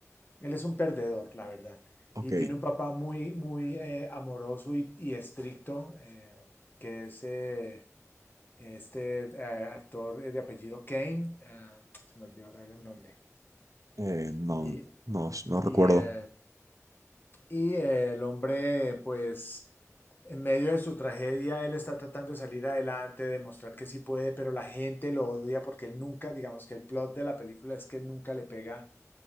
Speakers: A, on the left; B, on the right.
A: él es un perdedor, la verdad.
B: Ok.
A: Y tiene un papá muy, muy eh, amoroso y, y estricto, eh, que es eh, este eh, actor eh, de apellido Kane, ah, se me olvidó ahora el nombre.
B: Eh, no,
A: Y,
B: no, no
A: y,
B: recuerdo.
A: eh, y, eh, el hombre, pues, En medio de su tragedia, él está tratando de salir adelante, de mostrar que sí puede, pero la gente lo odia porque él nunca, digamos que el plot de la película es que él nunca le pega